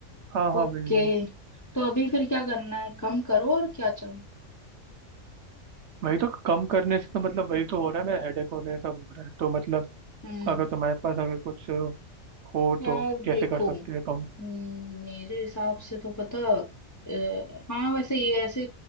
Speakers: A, on the right; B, on the left.
A: हाँ हाँ
B: ओके
A: वही वही
B: तो अभी फिर क्या करना है कम करो और क्या चाहिए
A: वही तो कम करने से तो मतलब वही तो हो रहा है मेरा हेडेक वगैरह सब हो रहा है तो मतलब
B: हम्म
A: अगर तुम्हारे पास अगर कुछ हो
B: यार
A: तो
B: देखो
A: कैसे कर सकते
B: हम्म,
A: हैं कम
B: मेरे हिसाब से तो पता अ, हाँ वैसे ये ऐसे